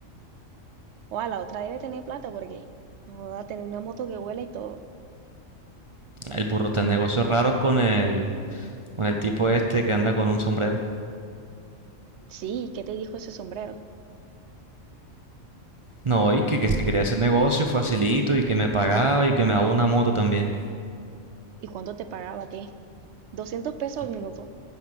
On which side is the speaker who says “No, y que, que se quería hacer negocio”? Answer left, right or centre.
Right